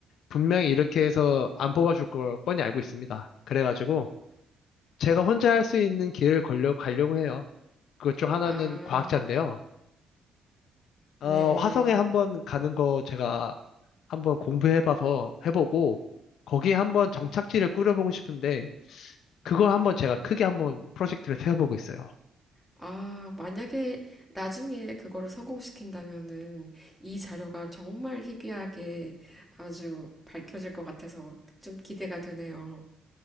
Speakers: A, on the left; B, in the centre.
A: 분명히 이렇게 해서 안 뽑아줄 걸 뻔히 알고 있습니다. 그래가지고 제가 혼자 할 수 있는 길을 걸려 가려고 해요. 그것 중 하나는
B: 아,
A: 과학자인데요. 어,
B: 네.
A: 화성에 한번 가는 거 제가 한번 공부해봐서 해보고 거기에 한번 정착지를 꾸려보고 싶은데 그걸 한번 제가 크게 한번 프로젝트를 세워보고 있어요.
B: 아, 만약에 나중에 그거를 성공시킨다면은 이 자료가 정말 희귀하게 아주 밝혀질 것 같아서 좀 기대가 되네요.